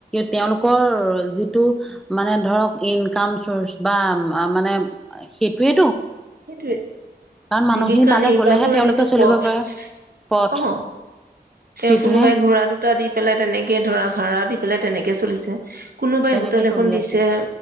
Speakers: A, in the centre; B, on the right.
A: তেওঁলোকৰ যিটো মানে ধৰক ইনকাম চ'ৰ্চ বা মানে সেইটোয়ে
B: সেইটোৱে।
A: মানুহখিনি
B: জীৱিকা
A: তালৈ
B: নিৰ্বাহৰ
A: গলেহে তেওঁলোকে
B: যিটো
A: চলিব
B: পথ।
A: পাৰে পথ
B: অ, তেওঁ
A: সেইটোহে
B: কোনোবাই ঘোঁৰা দুটা দি পেলাই তেনেকে ধৰা ভাড়া দি বোলে তেনেকে চলিছে কোনোবাই
A: তেনেকে
B: হোটেল এখন
A: চলি
B: দিছে।
A: আছে